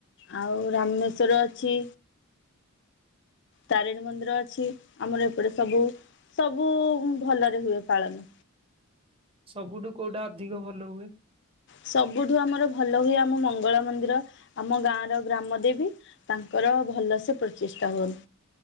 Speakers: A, on the left; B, on the right.
A: ଆଉ ରାମନେ ଶ୍ବର ଅଛି। ତାରିଣୀ ମନ୍ଦିର ଅଛି ଆମର ଏପଟେ ସବୁ ସବୁ ଭଲରେ ହୁଏ ପାଳନ।
B: ସବୁଠୁ କୋଉଟା ଅଧିକ ଭଲ ହୁଏ?
A: ସବୁଠୁ ଆମର ଭଲ ହୁଏ ଆମ ମଙ୍ଗଳ ମନ୍ଦିର ଆମ ଗାଁ ର ଗ୍ରାମ ଦେବୀ। ତାଙ୍କର ଭଲସେ ପ୍ରଚେଷ୍ଟା ହୁଅନ